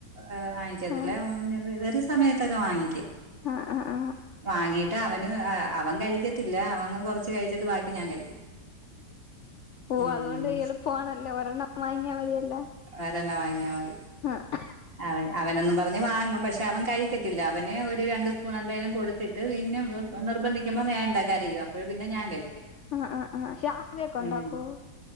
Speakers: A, on the right (about 35°); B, on the left (about 80°).
A: ഏ വാങ്ങിക്കത്തില്ല
B: ആ
A: പിന്നെ വേറെ സമയത്തൊക്കെ വാങ്ങിക്കും.
B: ആഹ് ആഹ് ആഹ്.
A: വാങ്ങീട്ട് അവന് അവൻ കഴിക്കത്തില്ല. അവൻ കൊർച്ച് കഴിച്ചിട്ട് ബാക്കി ഞാൻ കഴിക്കും.
B: ഓ
A: ഉം
B: അതൊണ്ട് എളുപ്പമാണല്ലേ ഒരണ്ണം വാങ്ങിയാ മതിയല്ല.
A: ഒരണ്ണം വാങ്ങിയാ മതി.
B: ആഹ്
A: അവൻ അവനൊന്നും പറഞ്ഞ് വാങ്ങും പക്ഷേ അവൻ കഴിക്കത്തില്ല. അവന് ഒരു രണ്ട് സ്പൂൺ എന്തായാലും കൊടു ത്തിട്ട് പിന്നെ നിർബന്ധിക്കുമ്പോ വേണ്ട കരയും അപ്പോഴ് പിന്നെ ഞാൻ കഴിക്കും.
B: ആ ആ ആ ഷാർജ ഒക്കെ ഉണ്ടാക്കോ?
A: ഉം